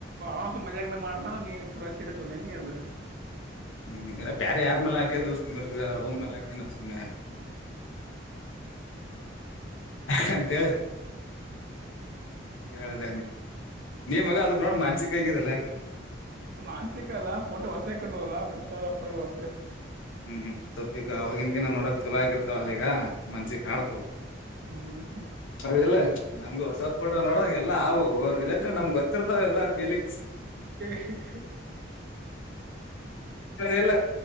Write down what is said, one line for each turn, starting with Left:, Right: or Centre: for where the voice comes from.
Right: ಅವ ಮಜಾಗಲ ಮಾಡ್ತಾನ ನೀನ್ ಪೂರಾ ಸೀರಿಯಸ್ ಉಟೆ ನೀ ಅದು
Left: ಹ್ಮ್ ಇಲ್ಲ ಬೇಾರೆ ಯಾರ್ ಮಲಾಕಿದ್ರು ಸು್ಿರ್ದ ಅವ್ ಅವ್ರ ಮಲೆಾಕ ನ ಸು್ನೆ ಯಾಂತೇಳಿ ಕದ ನೀಮಗ ಅದ್ರ ನೋಡ ಮಾನ್ಸಿಕಗಿದೆಲ್ಲಾಕ
Right: ಮಾನ್ಸಿಕ ಅಲ್ಲ ಫೋಟೋ ಹೊಸೇ ಕೊಂಡವರಲ್ಲ ಮತ್ತೆ ಅವಪ್ಪ ಹೊಸ
Left: ಹ್ಮ್ ಸೊಪ್ಪಗ ಅವವಾಗಿನ್ಗಿಿನ ನೋಡಕ್ ಚಲೋ ಆಗಿರ್ತಾವ ಅಲ್ಲಿ ಈಗ ಮನ್ಷಿಗ್ ಕಾಡ್ತ
Right: ಹ್ಮ್ ಹ್ಮ್
Left: ಅದಲ್ಲ ನಮ್ಗ ಹೊಸ ಪೋಟೋ ನೋಡದಾಗ ಎಲ್ಲ ಅವವು ಅವ ರಿಲೇಟ್ರಡ್ ನಮ್ಗೆ ಗೊತ್ತಿರ್ತಾವ ಲ್ಲ ಫೀಲಿಕ್ಸ್
Right: ಹ್ಮ
Left: ಇಲ್ಲ